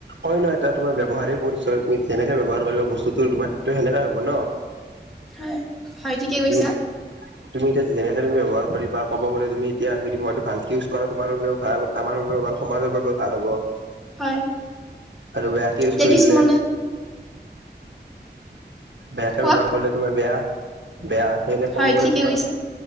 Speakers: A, on the right; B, in the centre.
A: হয়ই ন, এটা তোমাৰ ব্যৱহাৰেই পৰিছয় তুমি যেনেকে ব্যৱহাৰ কৰিব বস্তুতো তোমাৰটো সেনেকাই হ'ব ন।
B: হয়। হয় ঠিকে কৈছা।
A: তুমি তুমি এতিয়া যেনেকে তুমি, ব্যয়হাৰ কৰিবা ক'ব গ'লে তুমি এতিয়া যদি মই ভালকৈ ইউজ কৰা তোমাৰ বাবেও ভাল, আমাৰ বাবেও ভাল সমাজৰ বাবেও ভাল হ'ব।
B: হয়।
A: আৰু বেয়াকে ইউজ
B: এতিয়া
A: কৰিলে।
B: কিছুমানে
A: বেয়াকে
B: কোৱা
A: ব্যৱহাৰ কৰিলে তোমাৰ বেয়া। বেয়া। সেইনেকে
B: হয়
A: ক'ব গ'লে
B: ঠিকে
A: তোমাৰ।
B: কৈছা